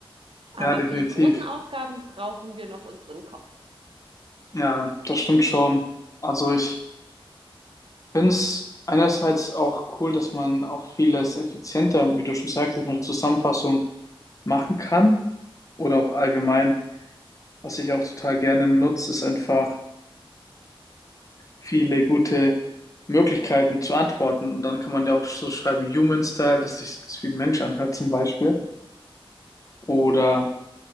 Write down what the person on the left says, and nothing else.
Ja, definitiv.
Ja, das stimmt schon. Also ich finde es einerseits auch cool, dass man auch vieles effizienter, wie du schon sagst, dass man eine Zusammenfassung machen kann oder auch allgemein, was ich auch total gerne nutze, ist einfach viele gute Möglichkeiten zu antworten. Und dann kann man ja auch so schreiben, Human Style, dass sich das wie ein Mensch anhört zum Beispiel. Oder